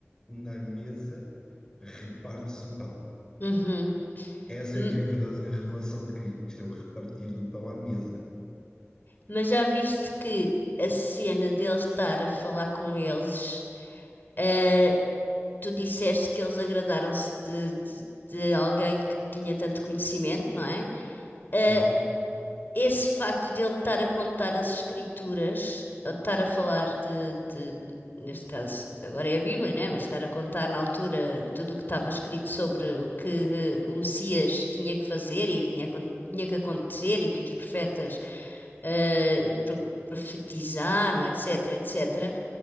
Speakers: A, on the left; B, on the left.
A: na mesa repartes o pão.
B: Uhum.
A: Essa
B: M-
A: é que é a verdadeira revelação de Cristo, é o repartir do pão à mesa.
B: Mas já viste que a cena dele estar a falar com eles, eh, tu disseste que eles agradaram-se de, de- de alguém que tinha tanto conhecimento, não é? Eh,
A: Uhum.
B: esse facto de ele estar a contar as escrituras, ou de estar a falar de, de- neste caso, agora é a Bíblia, né? Mas estar a contar na altura tudo o que estava escrito sobre o que eh, o Messias tinha que fazer e o que tinha, acon- tinha que acontecer e o que os profetas eh, pro- profetizaram, etc, etc